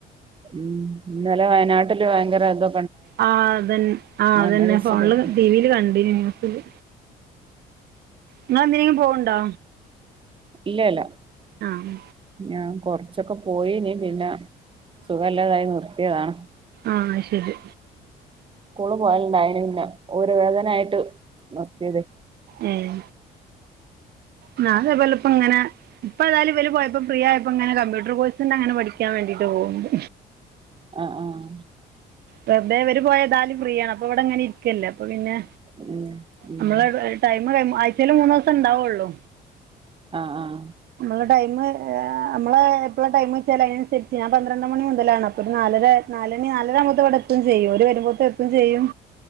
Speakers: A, on the right; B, on the right.
A: ഉം ഇന്നലെ വയനാട്ടില് ഭയങ്കര ഇതൊ
B: ആ അതെൻ ആ
A: മണ്ണൊലിച്ചിലൊക്കെ
B: അതെന്നെ ഫോണില് ടിവിൽ കണ്ടീനി ന്യൂസില് ഇങ്ങള് എന്തിനെങ്കി പോവ്ണ്ടോ
A: ഇല്ലല്ല
B: ആഹ്
A: ഞാൻ കൊറച്ചൊക്കെ പോയിനി പിന്നെ സുഖല്ലാതായി നിർത്തിയതാണ്
B: ആഹ് അയ്ശെരി
A: സ്കൂള് പോവല്ണ്ടായിനി പിന്നെ ഊര വേദന ആയിട്ട് നിർത്തിയത്
B: ഉം ന്നാ അതേപോലെ ഇപ്പ ഇങ്ങനെ ഇപ്പൊ എതായും വല് പോയപ്പം ഫ്രീയായപ്പോ ഇങ്ങനെ കമ്പ്യൂട്ടർ കോഴ്സിന്റെ അങ്ങനെ പഠിക്കാൻ വേണ്ടീട്ട് പോക്ണ്ട്
A: ആഹ് ആഹ്
B: വെർതേ ഇവര് പോയാ ഏതാലും ഫ്രീയാണ് അപ്പൊ ഇവിടെ ഇങ്ങനെ ഇരിക്കല്ലേ അപ്പൊ പിന്നെ
A: ഉം ഉം
B: നമ്മള് <unintelligible> ടൈം ആഴ്ചേല് മൂന്നൂസം ഉണ്ടാവൊള്ളൂ
A: ആഹ് ആഹ്
B: നമ്മളെ ടൈം നമ്മള് എപ്പളാ ടൈമ് ച്ചാല് അയ്നൻസരിച്ച് ഞാൻ പന്ത്രണ്ട് മണി മുതലാണ് അപ്പൊ ഒരു നാലര നാലണി നാലര ആവുമ്പോത്തും ഇവിടെ എത്തും ചെയ്യും ഓര് വരുമ്പോത്തും എത്തും ചെയ്യും